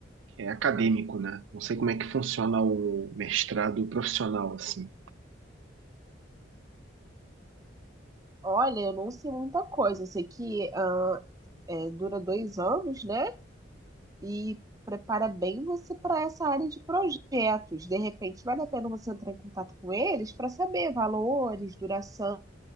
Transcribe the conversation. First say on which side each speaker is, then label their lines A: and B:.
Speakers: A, on the right; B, on the right.
A: é, acadêmico, né? Não sei como é que funciona o mestrado profissional, assim.
B: Olha, eu não sei muita coisa. Eu sei que ah, eh, dura dois anos, né? e prepara bem você para essa área de projetos. De repente, vale a pena você entrar em contato com eles para saber valores, duração,